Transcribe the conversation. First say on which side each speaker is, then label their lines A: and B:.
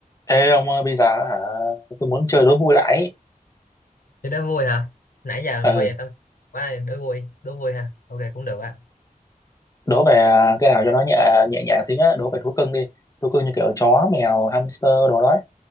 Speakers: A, on the left; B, on the left.
A: Ê ông ơi bây giờ hả tôi muốn chơi đố vui lại ý.
B: Thì đố vui hả? Nãy giờ
A: ừ
B: mê về tâm sự quá đố vui, đố vui ha. Ok cũng được á.
A: đố về à, cái nào cho nó nhẹ nhẹ nhàng xíu nhá đố về thú cưng đi thú cưng như kiểu chó mèo hamster đồ đó